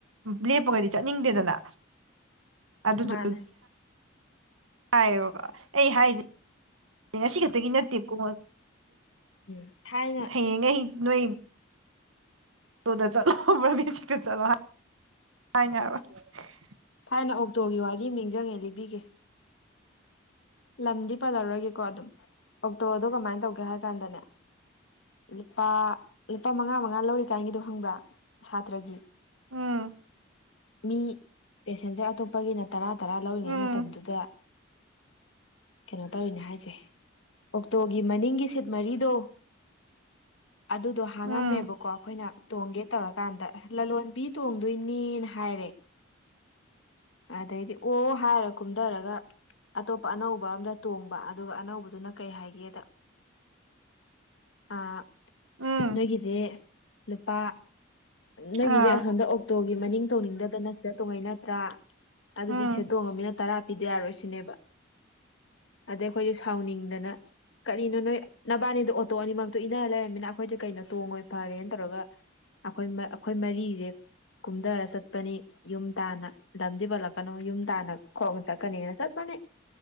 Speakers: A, on the right; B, on the left.
A: ꯂꯦꯞꯄꯒꯗꯤ ꯆꯠꯅꯤꯡꯗꯦꯗꯅ ꯑꯗꯨꯗꯨꯒꯤ
B: ꯃꯥꯅꯦ
A: ꯍꯥꯏꯕ ꯑꯩ ꯍꯥꯏꯁꯦ ꯉꯁꯤ ꯈꯛꯇꯒꯤ ꯅꯠꯇꯦꯕꯀꯣ
B: ꯎꯝ ꯊꯥꯏꯅ
A: ꯍꯌꯦꯡ ꯉ ꯅ ꯇꯨ ꯆꯂꯣ ꯆꯂꯣ ꯀ ꯑꯕ
B: ꯍꯥꯟꯅ ꯑꯣꯛꯇꯣꯒꯤ ꯋꯥꯔꯤ ꯑꯃ ꯅꯤꯡꯁꯤꯡꯉꯦ ꯂꯤꯕꯤꯒꯦ ꯂꯝꯗꯤ ꯄꯥꯜꯂꯔꯒꯦꯀꯣ ꯑꯗꯨꯝ ꯑꯣꯛꯇꯣꯗꯣ ꯀꯃꯥꯏꯅ ꯇꯧꯒꯦ ꯍꯥꯏ ꯀꯥꯟꯗꯅꯦ ꯂꯨꯄꯥ ꯂꯨꯄꯥ ꯃꯉꯥ ꯃꯉꯥ ꯂꯧꯔꯤ ꯀꯥꯏꯒꯤꯗꯣ ꯈꯪꯕ꯭ꯔꯥ ꯁꯥꯇ꯭ꯔꯒꯤ
A: ꯎꯝ
B: ꯃꯤ ꯄꯦꯁꯦꯟꯖꯔ ꯑꯇꯣꯞꯄꯒꯤꯅ ꯇꯔꯥ ꯇꯔꯥ ꯂꯧꯔꯤꯉꯩ
A: ꯎꯝ
B: ꯃꯇꯝꯗꯨꯗ ꯀꯩꯅꯣ ꯇꯧꯔꯤꯅꯦ ꯍꯥꯏꯁꯦ ꯑꯣꯛꯇꯣꯒꯤ ꯃꯅꯤꯡꯒꯤ ꯁꯤꯠ ꯃꯔꯤꯗꯣ ꯑꯗꯨꯗꯣ ꯍꯥꯡꯉꯝꯃꯦꯕꯀꯣ
A: ꯎꯝ
B: ꯑꯩꯈꯣꯏꯅ ꯇꯣꯡꯒꯦ ꯇꯧꯔꯀꯥꯟꯗ ꯑꯁ ꯂꯂꯣꯟꯕꯤ ꯇꯣꯡꯗꯣꯏꯅꯤꯅ ꯍꯥꯏꯔꯦ ꯑꯗꯩꯗꯤ ꯑꯣ ꯍꯥꯏꯔ ꯀꯨꯝꯊꯔꯒ ꯑꯇꯣꯞꯄ ꯑꯇ ꯑꯅꯧꯕ ꯑꯝꯗ ꯇꯣꯡꯕ ꯑꯗꯨꯒ ꯑꯅꯧꯕꯗꯨꯅ ꯀꯩ ꯍꯥꯏꯒꯦꯗ ꯑꯥ
A: ꯎꯝ
B: ꯅꯣꯏꯒꯤꯁꯦ ꯂꯨꯄꯥ ꯅꯣꯏꯒꯤꯁꯦ
A: ꯑꯥ
B: ꯑꯍꯟꯗ ꯑꯣꯛꯇꯣꯒꯤ ꯃꯅꯤꯡ ꯇꯣꯡꯅꯤꯡꯗꯗꯅ ꯁꯦ ꯇꯣꯡꯉꯩꯩꯅꯠꯇ꯭ꯔꯥ ꯑꯗꯨꯗꯤ
A: ꯎꯝ
B: ꯁꯦ ꯇꯣꯡꯉꯅꯤꯅ ꯇꯔꯥ ꯕꯤꯗ꯭ꯌꯥꯔ ꯑꯣꯏꯁꯤꯅꯦꯕ ꯑꯗꯩ ꯑꯩꯈꯣꯏꯁꯦ ꯁꯥꯎꯅꯤꯡꯗꯅ ꯀꯔꯤꯅꯣ ꯅꯣꯏ ꯅꯕꯥꯅꯤꯗꯣ ꯑꯣꯇꯣ ꯑꯅꯤꯃꯛꯇꯣ ꯏꯟꯅꯔ ꯂꯩꯔꯝꯃꯤꯅ ꯑꯩꯈꯣꯏꯗꯤ ꯀꯩꯅꯣ ꯇꯣꯡꯉꯣꯏ ꯐꯔꯦꯅ ꯇꯧꯔꯒ ꯑꯩꯈꯣꯏ ꯑꯩꯈꯣꯏ ꯃꯔꯤꯁꯦ ꯀꯨꯝꯊꯔ ꯆꯠꯄꯅꯤ ꯌꯨꯝ ꯇꯥꯅ ꯂꯝꯗꯤ ꯄꯠꯂꯛꯀꯅꯣ ꯌꯨꯝ ꯇꯥꯅ ꯈꯣꯡ ꯆꯠꯀꯅꯤꯅ ꯆꯠꯄꯅꯤ